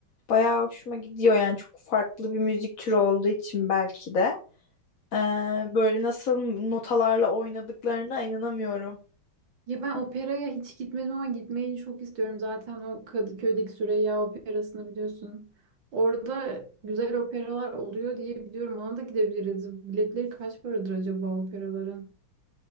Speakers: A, on the left (about 50°); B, on the right (about 65°).
A: bayağı hoşuma gidiyor yani çok farklı bir müzik türü olduğu için belki de Ee, böyle nasıl notalarla oynadıklarına inanamıyorum.
B: Ya ben operaya hiç gitmedim ama gitmeyi çok istiyorum. Zaten o Kadıköy'deki Süreyya Operası'nı biliyorsun. Orada güzel operalar oluyor diye biliyorum. Ona da gidebiliriz. Biletleri kaç paradır acaba operaların?